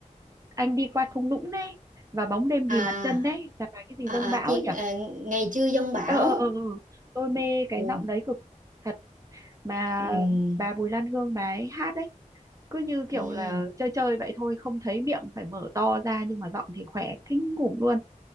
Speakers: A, on the right; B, on the right.
A: anh đi qua thung lũng đấy và bóng đêm
B: à,
A: ghim bàn chân đấy là bài cái gì
B: à,
A: giông bão
B: à, chuyện-
A: ấy nhỉ
B: à ngày chưa giông bão
A: ờ ờ ờ ờ. tôi mê cái
B: Ồ,
A: giọng đấy cực thật mà
B: ừ,
A: bà Bùi Lan Hương bà ấy hát đấy cứ như kiểu
B: ừ,
A: là chơi chơi vậy thôi không thấy miệng phải mở to ra nhưng mà giọng thì khỏe kinh khủng luôn